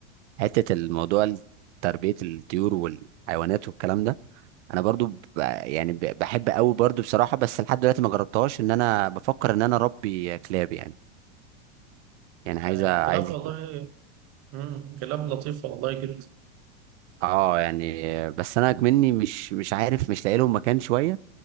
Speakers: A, on the right; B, on the right.
A: حته الموضوع ال- تربيه الطيور والحيوانات والكلام ده انا برضو ب- يعني ب- بحب قوي برضو بصراحه بس لحد دلوقتي ما جربتهاش ان انا بفكر ان انا اربي كلاب يعني يعني
B: آه
A: عايز عايز
B: كلاب والله مم، كلاب لطيفة والله جدا
A: اه يعني بس انا مني مش مش عارف مش لاقي لهم مكان شويه